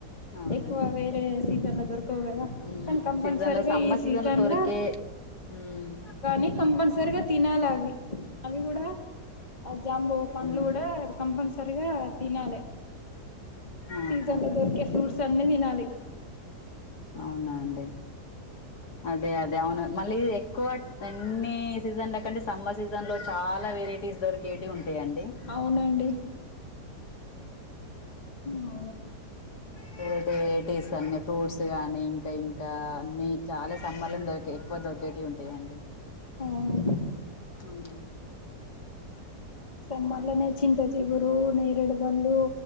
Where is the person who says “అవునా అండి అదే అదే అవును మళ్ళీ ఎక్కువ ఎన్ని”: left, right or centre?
Left